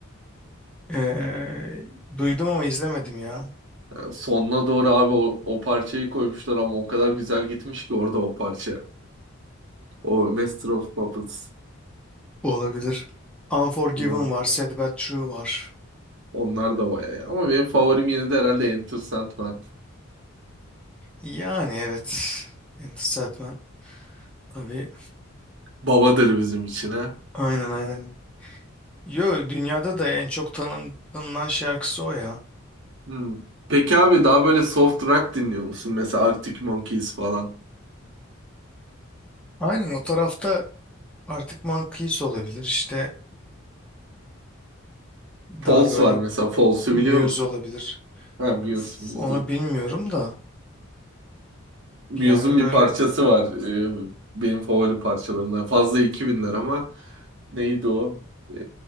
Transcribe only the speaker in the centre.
Ee, duydum ama izlemedim ya.
Olabilir. Unforgiven
var. Sad But True var.
Yani evet. Enter Sandman. Tabii.
Aynen aynen. Yo dünyada da en çok tanın, tanınan şarkısı o ya.
Aynen o tarafta artık Monkeys olabilir. İşte daha
böyle
Muse
olabilir.
Üf,
Onu bilmiyorum da.
Yani
böyle